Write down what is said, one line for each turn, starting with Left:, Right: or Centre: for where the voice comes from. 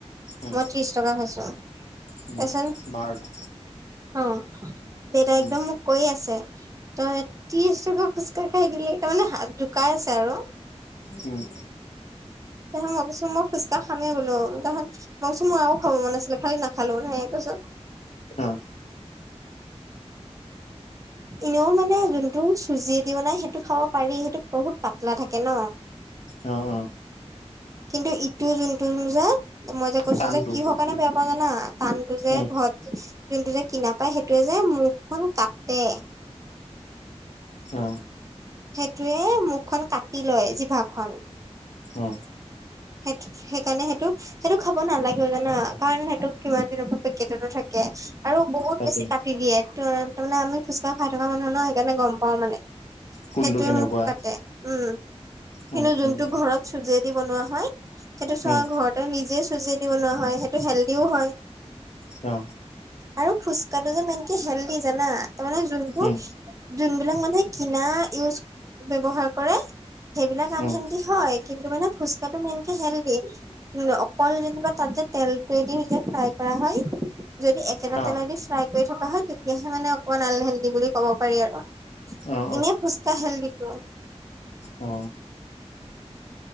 Left: অ
Right: মই ত্ৰিশ টকা খাইছোঁ।
Left: উম
Right: এচন
Left: বাৰটা
Right: অ তেৰা
Left: উম
Right: একদম মোক কৈ আছে তই ত্ৰিশ টকা ফুচকা খাই দিলি তাৰমানে হাত জোকাই আছে আৰু।
Left: উম।
Right: ত মই ভাবিচো মই ফোচকা খামেই বোলোঁ। তহঁত মই কৈছোঁ মই আৰু খাব মন আছিলে খালি নাখালোঁ সেনেকে কৈছোঁ।
Left: অ
Right: এনেও মানে যোনটো চুজিদি বনাই সেইটো খাব পাৰি সেইটো বহুত পাতলা থাকে ন।
Left: অ অ।
Right: কিন্তু ইটো যোনটো যে মই যে কৈছো
Left: টানটো
Right: যে কিহৰ কাৰণে বেয়া পাওঁ জানা টানটো যে
Left: উম
Right: ঘৰত যোনটো যে কিনা পায় সেইটোৱে যে মুখখন কাটে।
Left: অ
Right: সেইটোয়ে মুখখন কাটি লয় জিভাখন।
Left: অ
Right: সেইটো সেইকাৰণে সেইটো - সেইটো খাব নালাগেও জানা কাৰণ সেইটো কিমান দিনৰ পৰা পেকেটতে থাকে। আৰু বহুত
Left: তাকে
Right: বেছি কাটি দিয়ে, ত তাৰমানে আমি ফোচকা খাই থকা মানুহ ন সেইকাৰণে গম পাওঁ মানে।
Left: কোনটো
Right: সেইটোৱে
Left: কেনেকুৱা
Right: মুখ কাটে, উম কিন্তু
Left: উম
Right: যোনটো
Left: উম
Right: ঘৰত চুজিয়েদি বনোৱা হয় সেইটো চোৱা
Left: উম
Right: ঘৰতে নিজে চুজিয়ে দি বনোৱা হয় সেইটো হেল্ডিও হয়।
Left: অ।
Right: আৰু খুচকা যে মেনকে হেল্ডি জানা তাৰ মানে যোনবোৰ
Left: উম
Right: যোনবিলাক মানুহে কিনা ইউজ ব্যৱহাৰ কৰে। সেইবিলাক আন
Left: উম
Right: হেলডি হয় কিন্তু মানে ফুচকাটো মেইনকে হেল্ডি। উম অকল যেনিবা তাত যে তেলটোৱেদি যে ফ্ৰাই কৰা হয় যদি একেটা
Left: অ
Right: তেলোই দি ফ্ৰাই কৰি থকা হয় তেতিয়াহে মানে অকমান আনহেল্ডি বুলি ক'ব পাৰি আৰু।
Left: অ
Right: ইনে ফুস্কা হেল্ডিটো।
Left: অ।